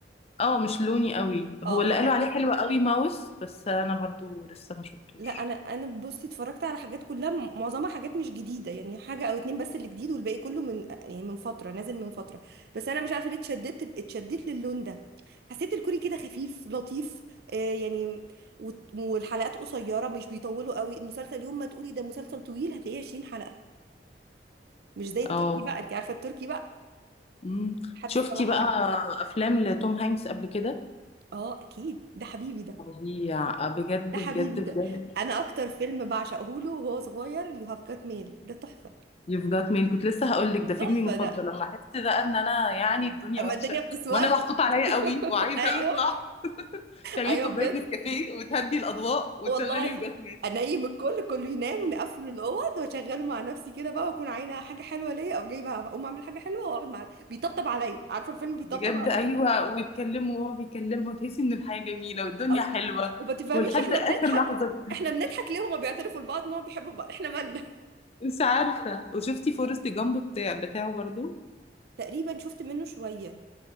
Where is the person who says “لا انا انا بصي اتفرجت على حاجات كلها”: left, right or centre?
Right